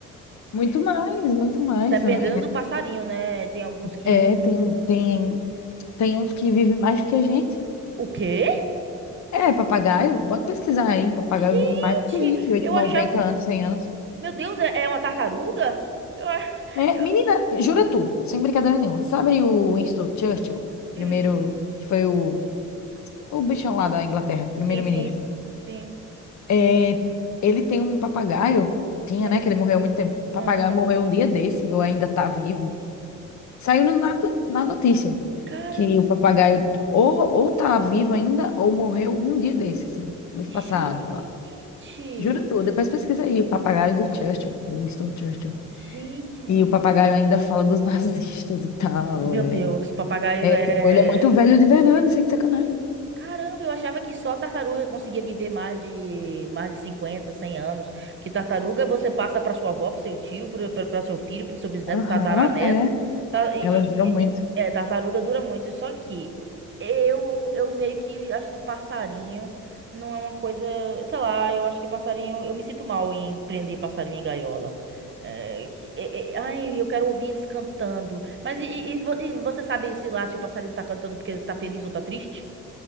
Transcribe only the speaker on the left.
Muito mais, muito mais.
né.
É, é, tem, tem, tem uns que vivem mais do que a gente.
É, papagaio, pode pesquisar aí, papagaio
vive mais do que a gente, 8,
90
anos, 100 anos.
É,
menina, jura tu, sem brincadeira nenhuma, sabe o Winston Churchill, primeiro,
que foi o, o bichão lá da Inglaterra, primeiro-ministro?
É, ele tem um papagaio, tinha,
né, que ele morreu há muito tempo, o papagaio
morreu um dia desse, ou ainda tá vivo, saiu no- na, na notícia,
que o papagaio ou, ou tá vivo ainda, ou morreu um dia desse, assim, mês
passado, Juro tudo, depois pesquisa aí, o papagaio do Churchill, do Winston Churchill.
E o papagaio ainda fala dos <laughs> nazistas e tal,
é.
É,
tipo, ele é muito velho de verdade, sem sacanagem.
Aham,
é.
Elas duram
muito.